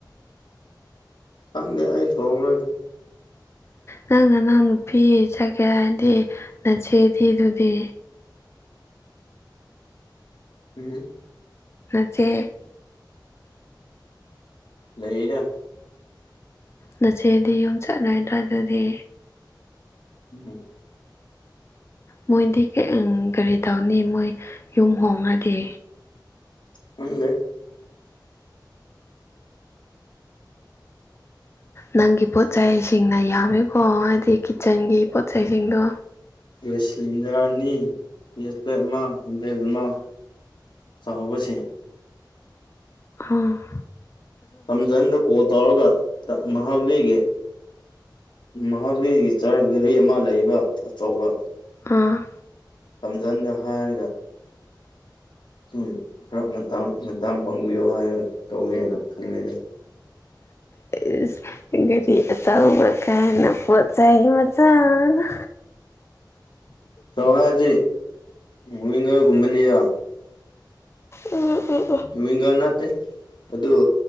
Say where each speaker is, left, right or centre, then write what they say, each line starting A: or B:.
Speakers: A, on the left (about 75°); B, on the left (about 35°).
A: ꯈꯪꯗꯦ ꯑꯩ ꯊꯣꯡꯉꯔꯣꯏꯗ
B: ꯅꯪ ꯅꯅꯥꯎ ꯅꯨꯄꯤ ꯆꯠꯀꯦ ꯍꯥꯏꯗꯤ ꯅꯠꯆꯦꯗꯤ ꯑꯗꯨꯗꯤ
A: ꯎꯝ
B: ꯅꯆꯦ
A: ꯂꯩꯌꯦꯗ
B: ꯅꯆꯦꯗꯤ ꯌꯨꯝ ꯆꯠꯂꯣꯏꯗ꯭ꯔ ꯑꯗꯨꯗꯤ
A: ꯎꯝ
B: ꯃꯣꯏꯗꯤ ꯀꯩ ꯑꯪ ꯀꯔꯤ ꯇꯧꯅꯤ ꯃꯣꯏ ꯌꯨꯝ ꯍꯣꯡꯉꯗꯤ
A: <unintelligible>
B: ꯅꯪꯒꯤ ꯄꯣꯠꯆꯩꯁꯤꯡꯅ ꯌꯥꯝꯃꯤꯀꯣ ꯍꯥꯏꯗꯤ ꯀꯤꯠꯆꯟꯒꯤ ꯄꯣꯠꯆꯩꯁꯤꯡꯗꯣ
A: ꯒꯦꯁ ꯁꯤꯂꯤꯟꯗꯔ ꯑꯅꯤ <unintelligible> ꯑꯃ ꯍꯦꯟꯕꯦꯛ ꯑꯃ ꯆꯥꯎꯕꯁꯤ
B: ꯎꯝ
A: <unintelligible> ꯀꯣꯜ ꯇꯧꯔꯒ ꯃꯍꯥꯕꯂꯤꯒꯤ ꯃꯍꯥꯕꯂꯤꯒꯤ ꯆꯔꯆ ꯒꯔꯤ ꯑꯃ ꯂꯩꯕ ꯑꯆꯧꯕ
B: ꯎꯝ
A: ꯈꯝꯖꯟꯗ ꯍꯥꯏꯔꯒ ꯑꯗꯨꯝ ꯈꯔ ꯃꯇꯥꯡ ꯃꯇꯥꯡ ꯄꯥꯡꯕꯤꯌꯨ ꯍꯥꯏꯔ ꯇꯧꯌꯥꯏꯅ ꯈꯜꯂꯤꯗ
B: ꯏꯁ ꯒꯥꯔꯤ ꯑꯆꯥꯎꯕ ꯀꯥꯏꯅ ꯄꯣꯠꯆꯥꯏ ꯃꯆꯥꯅ
A: ꯆꯥꯎꯑꯦ ꯍꯥꯏꯕꯗꯤ ꯋꯤꯡꯒꯔ ꯒꯨꯝꯕꯅꯤꯗ
B: ꯎꯝ ꯎꯝ ꯎꯝ
A: ꯋꯤꯡꯒꯔ ꯅꯠꯇꯦ ꯑꯗꯨ